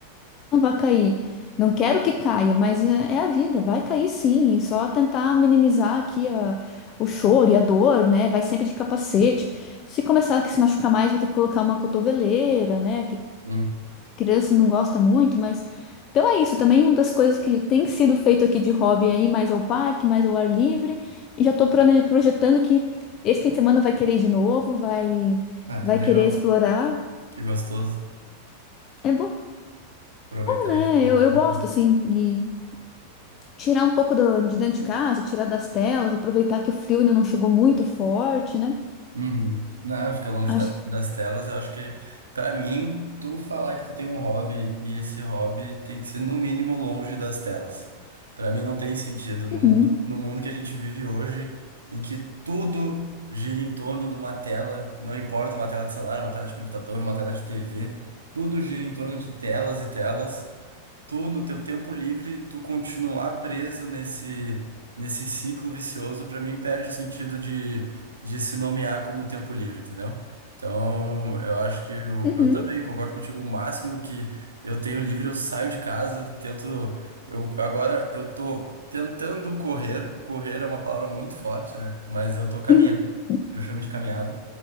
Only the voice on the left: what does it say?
não vá cair. Não quero que caia, mas é, é a vida, vai cair sim. E só tentar minimizar aqui a, o choro e a dor, né? Vai sempre de capacete. Se começar a se machucar mais, vou ter que colocar uma cotoveleira, né? que
criança não gosta muito, mas. Então é isso, também uma das coisas que tem sido feito aqui de hobby aí, mais ao parque, mais ao ar livre, e já estou projetando que esse fim de semana vai querer ir de novo, vai,
vai
querer explorar.
É bom,
né?
Eu, eu gosto, assim, de tirar um pouco do- de dentro de casa, tirar das telas, aproveitar que o frio ainda não chegou muito forte, né?
Acho
que.
Uhum,
uhum.
<laughs>